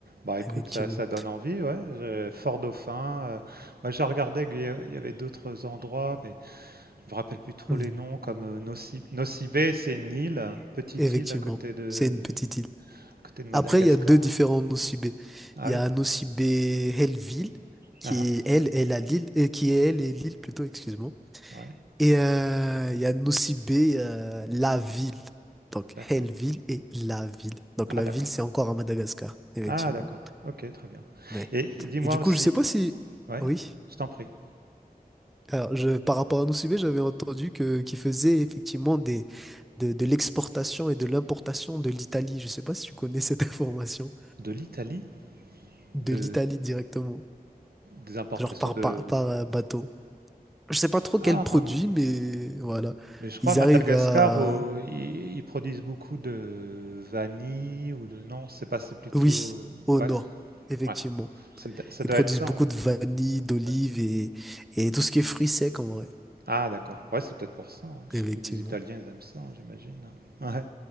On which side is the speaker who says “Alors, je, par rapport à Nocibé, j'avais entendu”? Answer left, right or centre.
Centre